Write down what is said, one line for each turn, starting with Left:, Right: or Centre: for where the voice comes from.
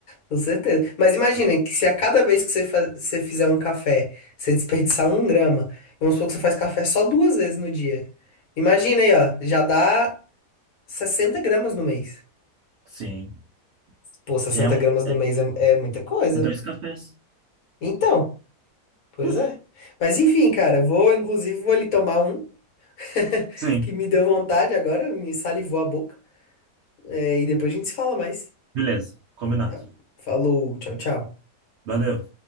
Left: Com certeza. Mas imaginem que se a cada vez que você, fa- você fizer um café, você desperdiçar um grama, vamos supor que você faz café só duas vezes no dia. Imagina aí, ó, já dá 60 gramas no mês.
Right: Sim.
Left: Pô, 60
Right: Já é um.
Left: gramas
Right: É,
Left: no mês é, é muita coisa.
Right: é dois cafés.
Left: Então, pois
Right: <laughs>
Left: é. Mas enfim, cara, vou, inclusive, vou ali tomar um, <laughs>
Right: Sim,
Left: que me deu vontade agora, me salivou a boca. É, e depois a gente se fala mais.
Right: beleza. Combinado.
Left: Tá? Falou, tchau, tchau.
Right: Valeu.